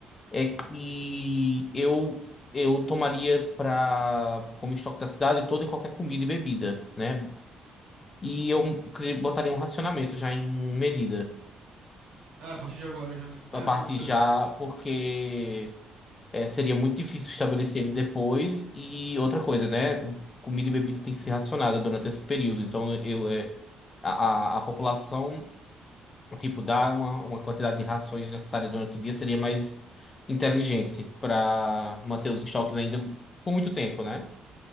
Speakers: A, on the left; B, on the right.
A: é que eu, eu tomaria pra, como estoque da cidade toda e qualquer comida e bebida, né? E eu cri- botaria um racionamento já em medida.
B: Ah, a partir de agora já, né? É,
A: A parte
B: pode ser.
A: já, porque é, seria muito difícil estabelecer ele depois. E outra coisa, né? Comida e bebida tem que ser racionada durante esse período. Então eu, é, a, a a população. Tipo, dar uma, uma quantidade de rações necessária durante o dia seria mais inteligente para manter os estoques ainda por muito tempo, né?